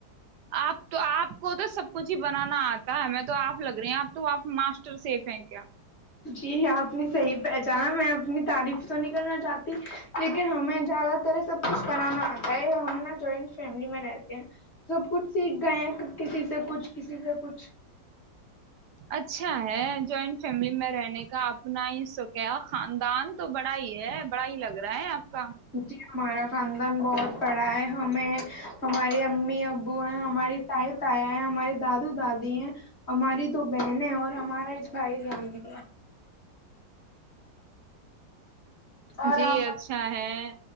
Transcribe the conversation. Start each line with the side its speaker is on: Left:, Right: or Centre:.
Right: آپ تو آپ کو تو سب کچھ ہی بنانا آتا ہے ہم تو آپ لگ رہی ہیں آپ تو آپ ماسٹر سیف ہیں کیا
Left: جی ہ اپنی صحیح پہچان میں اپنی تعریف تو نہیں کرلنا چاہتی لیکن ہمیں زیادہ تر سب کچھ بنانا آتا ہے ہم نا جوائنٹ فیملی میں رہتے ہیں سب کچھ سیکھ گئے ہیں کسی سے کچھ کسی سے کچھ
Right: اچھا ہے جوائنٹ فیملی میں رہنے کا اپنا ہی سب کیا خاندان تو بڑا ہی ہے بڑا ہی لگ رہا ہے آپ کا
Left: جی ہمارا خاندان بہت بڑا ہے ہمیں ہمارے امی ابو ہیں ہماری تائے تایا ہیں ہمارے دادو دادی ہیں ہماری تو بہن ہے اور ہمارا ایک بھائی جان ہے اور
Right: جی
Left: آپ
Right: اچھا ہے